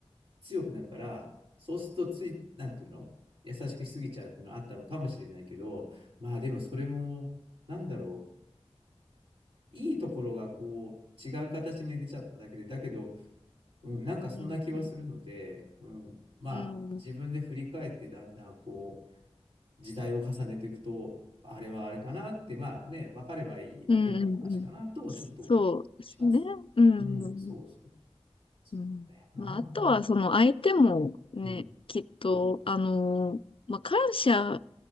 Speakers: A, on the right; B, on the left.
A: 強くなるから、そうするとつい、なんていうの優しくしすぎちゃうっていうのはあったのかもしれないけど、まあでもそれも、なんだろう、いいところがこう、違う形に出ちゃっただけで、だけど、うん、なんかそんな気はするので、
B: うんうんうん。
A: うん、まあ自分で振り返ってだんだんこう
B: うん。
A: 時代を重ねていくと、あれはあれかなって、まあね、分かればいいだけの話かなと、
B: うんうんうんうん
A: ちょっと思ったりします。
B: そうですね。うん。
A: うん、そうそう。そうだよな、
B: うん。まあ、あとは、
A: ほん。
B: その相手もね、
A: うん。
B: きっと、あのーまあ、感謝、